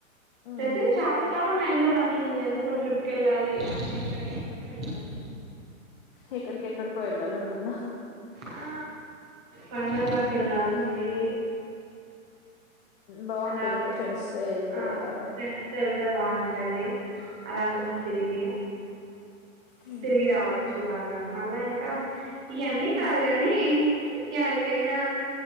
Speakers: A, on the left (about 40°); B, in the centre.
A: ఉమ్
B: ప్రజె చాలా చాలా మైండ్ లో రన్నింగ్ ఉంది ఎందుకో ట్రిప్ కెళ్ళాలి అంటే ఎక్కడికిెక్కడికో వెళ్ళాలంది
A: యెక్కడికె యెక్కడకో ఎల్లలనుందా
B: ఆ వండర్లాకి వెళ్ళాలి ఉంది
A: బాగుంటుంది
B: అలా కొంచెం
A: ఫ్రెండ్స్ తో యెళ్తే
B: ఆ
A: ఎలాగొ
B: ఫ్రెండ్స్ వెళ్తే తో బాగుంటది అలా కొంచెం తిరిగి
A: హ
B: తిరిగి రావచ్చు బాగా మళ్ళా ఇంకా ట ఇవన్నీ కాదు
A: మ్
B: గాని యాడికైనా